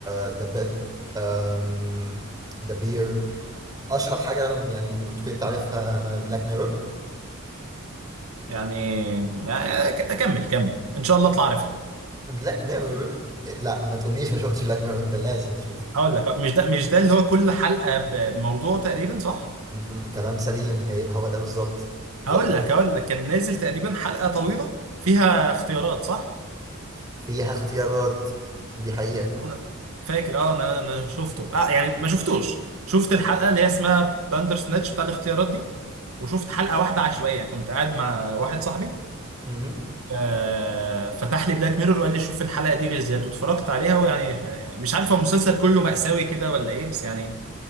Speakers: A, on the right (about 15°); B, on the right (about 85°).
A: ذا أم، ذا بير اشهر حاجه يعني ممكن تكون انت عارفها بلاك ميرور
B: يعني يعني ك- اكمل كمل ان شاء الله اطلع عارفها
A: بلاك ميرور لا ما تقوليش ما شفتش بلاك ميرور انت لازم تشوفه
B: هقول لك مش ده مش ده اللي هو كل حلقه بموضوع تقريبا صح
A: ده كلام سليم هي هو ده بالظبط
B: هقول
A: الح-
B: لك هقول لك كان نازل تقريبا حلقه طويله فيها اختيارات صح
A: فيها اختيارات دي حقيقه
B: انا فاكر اه انا انا شفته اه يعني ما شفتوش شفت الحلقه اللي هي اسمها باندر سناتش بتاع الاختيارات دي وشفت حلقه واحده عشوائيه كنت قاعد مع واحد صاحبي
A: مهم.
B: ف- فتح لي بلاك ميرور وقال لي شوف الحلقه دي بالذات واتفرجت عليها ويعني مش عارف هو المسلسل كله مأساوي كده ولا ايه بس يعني